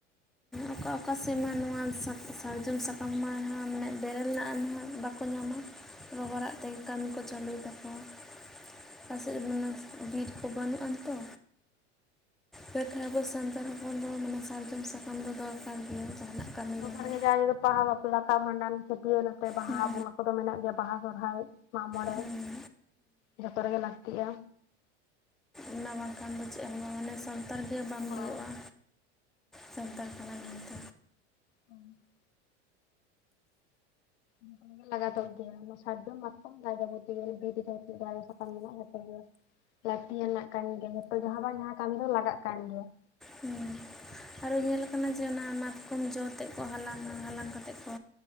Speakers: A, in the centre; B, on the left (about 75°).
A: ᱚᱠᱟ ᱚᱠᱟ ᱥᱮᱨᱢᱟ ᱱᱚᱣᱟ ᱥᱟᱠ ᱥᱟᱨᱡᱚᱢ ᱥᱟᱠᱟᱢ <unintelligible> ᱵᱮᱨᱮᱞ ᱨᱮᱱᱟᱜ <unintelligible> ᱵᱟᱠᱚ ᱧᱟᱢᱟ ᱾ ᱨᱚᱦᱚᱲᱟᱜ ᱛᱮᱜᱮ ᱠᱟᱹᱢᱤ ᱠᱚ ᱪᱟᱹᱞᱩᱭ ᱛᱟᱠᱚᱣᱼᱟ ᱾ ᱚᱠᱟ ᱥᱮᱫ ᱨᱮ ᱵᱤᱨ ᱠᱚ ᱵᱟᱹᱱᱩᱜ ᱟᱱ ᱛᱚ, ᱵᱟᱠᱷᱟᱨᱟ <unintelligible> <unintelligible> ᱦᱚᱯᱚᱱ ᱫᱚ ᱢᱟᱱᱮ ᱥᱟᱨᱡᱚᱢ ᱥᱟᱠᱟᱢ ᱫᱚᱨᱠᱟᱨ ᱜᱮᱭᱟ᱾ ᱡᱟᱦᱟᱱᱟᱜ ᱠᱟᱹᱢᱤ
B: <unintelligible>
A: ᱨᱮᱜᱮ
B: ᱫᱟᱠᱟ ᱵᱷᱟᱸᱰᱟᱱ ᱠᱚ, ᱯᱤᱭᱟᱹᱨ ᱱᱚᱛᱮ ᱵᱟᱦᱟ
A: ᱦᱩᱸ
B: ᱵᱚᱸᱜᱟ ᱠᱚᱫᱚ ᱢᱮᱱᱟᱜ ᱜᱮᱭᱟ ᱵᱟᱦᱟ, ᱥᱚᱨᱚᱦᱟᱭ, ᱢᱟᱜ ᱢᱚᱬᱮ,
A: ᱦᱮᱸ ᱦᱮᱸ
B: ᱡᱷᱚᱛᱚ ᱨᱮᱜᱮ ᱞᱟᱹᱠ ᱠᱮᱜᱼᱟ,
A: ᱚᱱᱟ ᱵᱟᱝᱠᱷᱟᱱ ᱫᱚ ᱪᱮᱫ ᱦᱚᱸ ᱦᱟᱱᱮ ᱥᱚᱨ ᱱᱮᱛᱟᱨ ᱜᱮ ᱵᱟᱝ
B: ᱦᱳᱭ
A: ᱞᱟᱹᱭᱚᱜᱼᱟ ᱥᱟᱱᱛᱟᱲ ᱠᱟᱱᱟᱭ ᱾
B: ᱦᱩᱸ, <inaudible> ᱞᱟᱜᱟᱛᱚᱜ ᱜᱮᱭᱟ ᱥᱟᱨᱡᱚᱢ ᱢᱟᱛᱠᱚᱢ ᱡᱟᱼᱡᱟᱵᱚᱛᱤ ᱜᱮ ᱵᱤᱨ ᱨᱮ ᱡᱟ ᱡᱟ ᱥᱟᱠᱟᱢ ᱢᱮᱱᱟᱜᱼᱟ ᱡᱚᱛᱚ ᱜᱮ ᱾ ᱞᱟᱹᱠᱛᱤᱭᱟᱱᱟᱜ ᱠᱟᱹᱢᱤ ᱜᱮ, ᱡᱷᱚᱛᱚ ᱡᱟᱦᱟᱸ ᱵᱟᱝ ᱡᱟᱦᱟᱸ ᱠᱟᱹᱢᱤ ᱫᱚ ᱞᱟᱜᱟᱜ ᱠᱟᱱ ᱜᱮᱭᱟ ᱾
A: ᱦᱮᱸ ᱟᱨᱚ ᱧᱮᱞ ᱟᱠᱟᱱᱟ ᱡᱮ ᱚᱱᱟ ᱢᱟᱛᱠᱚᱢ ᱡᱚ ᱛᱮᱫ ᱠᱚ ᱦᱟᱞᱟᱝᱼᱟ᱾ ᱦᱟᱞᱟᱝ ᱠᱟᱛᱮᱜ ᱠᱚ